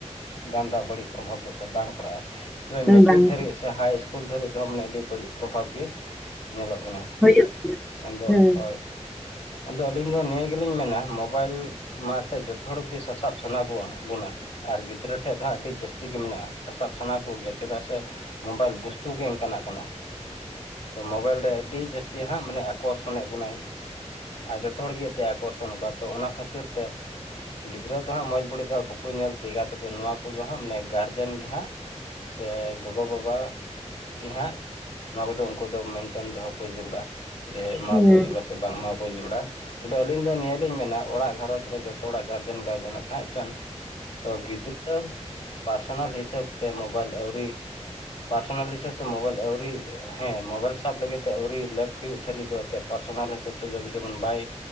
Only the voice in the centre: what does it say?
ᱵᱟᱝ
ᱦᱩᱭᱩᱜ
ᱦᱩᱸ
ᱦᱩᱸ